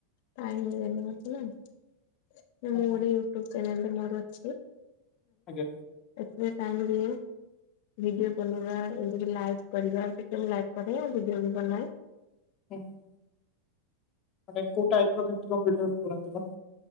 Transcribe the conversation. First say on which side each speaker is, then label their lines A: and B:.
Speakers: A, on the left; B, on the left.
A: ଟାଇମ୍ ହୁଏନି ମତେ ନା ମୁଁ
B: ହଁ
A: ଗୋଟେ ୟୁଟ୍ୟୁବ ଚ୍ୟାନେଲରେ ମୋର ଅଛି।
B: ଆଜ୍ଞା
A: ଏଥୀରେ ଟାଇମ୍ ମିଳିଲେ ଭିଡିଓ ବନେଇବା ଏମତି ଲାଇକ୍ କରିବା <unintelligible> <unintelligible> ଭିଡିଓ ବି ବନାଏ।
B: <unintelligible> ମାନେ କଉ ଟାଇପ୍ ର କେମିତି କଣ ଭିଡିଓ ଆପଣଙ୍କର?